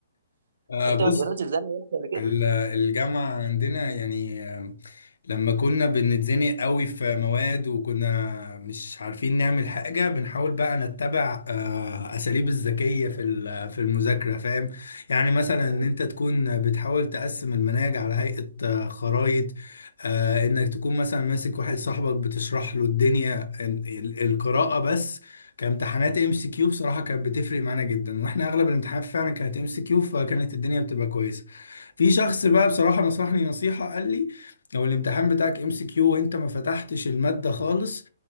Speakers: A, on the left; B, on the right.
A: آه
B: انت
A: بص
B: ما نزلتش زي ما قبل كده
A: ال- الجامعة عندنا يعني آم، لما كنا بنتزنق قوي في مواد وكنا مش عارفين نعمل حاجة بنحاول بقى نتبع آه، أساليب الذكية في ال- في المذاكرة فاهم يعني مثلا
B: مم.
A: إن أنت تكون بتحاول تقسم المناهج على هيئة آه، خرائط آه، إنك تكون مثلا ماسك واحد صاحبك بتشرح له الدنيا ال- ال- القراءة بس كامتحانات ام سي كيو بصراحة كانت بتفرق معانا جدا واحنا اغلب الامتحانات فعلا كانت ام سي كيو فكانت الدنيا بتبقى كويسة في شخص بقى بصراحة نصحني نصيحة قال لي لو الامتحان بتاعك ام سي كيو وانت ما فتحتش المادة خالص